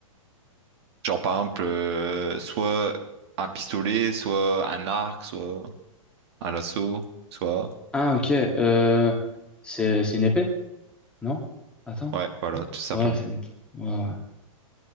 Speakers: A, on the right; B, in the centre.
A: Genre, par exemple, euh, soit un pistolet, soit un arc, soit... un lasso, soit...
B: Ah, ok. Euh, c'est c'est une épée, non? Attends.
A: Ouais, voilà, tout simplement.
B: Ouais, c'est une épée. Ouais, ouais.